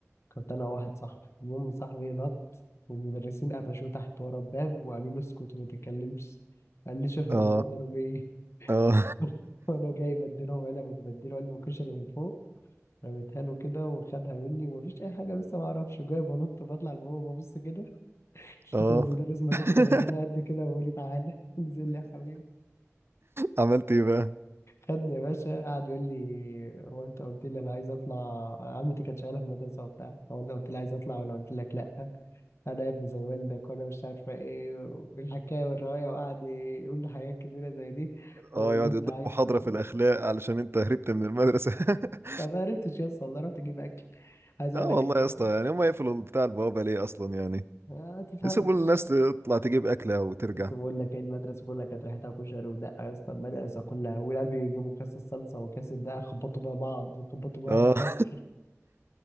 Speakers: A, on the left; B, on the right.
A: كنت انا واحد صاحبي المهم صاحبي نط والمدرسين قفشوه تحت ورا الباب وقالوا له اسكت وما تتكلمش قال لي شهرة
B: اه
A: اضرب ايه
B: اه
A: <laughs> وانا جاي بديلهم علب بديله علب كشري من فوق رميتها له كده وخدها مني ومفيش اي حاجه لسه ما اعرفش جاي بنط وبطلع لبابا ببص كده <laughs> لقيت
B: <laughs> اه
A: المدرس ماسك
B: <laughs>
A: خرزانه قد كده وبيقول لي تعالى <laughs> انزل لي يا حبيبي
B: عملت ايه بقى
A: خدني يا باشا قعد يقول لي هو انت قلت لي انا عايز اطلع عمتي كانت شغاله في المدرسه وبتاع هو انت قلت لي عايز اطلع وانا قلت لك لا انا يا ابني زي والدك وانا مش عارفه ايه والحكايه والروايه وقعد يقول لي حاجات كتيره زي دي واللي
B: اه يقعد
A: انت
B: يديك
A: عايزه
B: محاضره في الاخلاق علشان انت هربت من المدرسه <laughs>
A: يعني ما عرفتش يا اسطى والله رحت اجيب اكل عايز اقول
B: اه
A: لك
B: والله
A: المدرسه
B: يا اسطى يعني هم يقفلوا بتاع البوابه ليه اصلا يعني
A: ما تفهمش
B: يسيبوا الناس تطلع تجيب اكلها وترجع
A: بس بقول لك ايه المدرسه كلها كانت ريحتها كشري ودقه يا اسطى المدرسه كلها والعيال بيجيبوا كاس الصلصه وكاس الدقه يخبطوا بيها بعض ويخبطوا بيها
B: اه
A: في الفصل
B: <laughs>